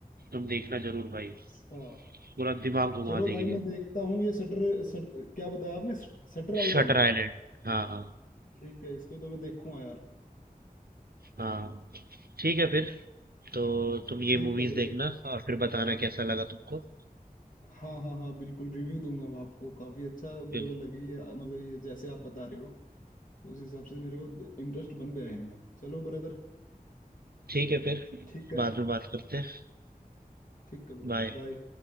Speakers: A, on the right; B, on the left.
A: तुम देखना जरूर
B: अच्छा
A: भाई पूरा दिमाग घुमा
B: चलो भाई
A: देगी
B: मैं
A: ये
B: देखता हूँ ये सटर, सट क्या बताया आपने सटर आइलैंड
A: शटर आइलैंड हाँ हाँ
B: ठीक है इसको तो मैं देखूंगा यार
A: हाँ ठीक है फिर तो तुम ये
B: ठीक
A: मूवीज
B: है ब्रदर
A: देखना और फिर बताना कैसा लगा तुमको
B: हाँ हाँ हाँ बिल्कुल रिव्यू दूंगा मैं आपको काफी अच्छा मेरे
A: फिर
B: को लगी है मतलब ये जैसे आप बता रहे हो तो उस हिसाब से मेरे को इंटरेस्ट बन गया है इनमें चलो ब्रदर
A: ठीक है फिर
B: ठीक है
A: बाद में बात करते हैं
B: ठीक है ब्रदर
A: बाय
B: बाय